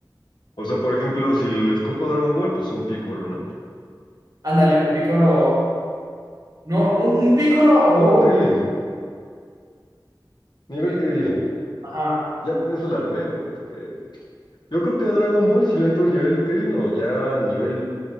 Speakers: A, on the left; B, on the right.
A: O sea, por ejemplo, si le escojo Dragon Ball, pues un Piccolo, ¿no?
B: Ándale, un pícoro, no, un, un pícoro
A: Con un Krillin,
B: o,
A: nivel Krillin.
B: ajá.
A: Ya con eso la armé, güey, porque yo creo que a Dragon Ball si le entro nivel Krillin o ya nivel,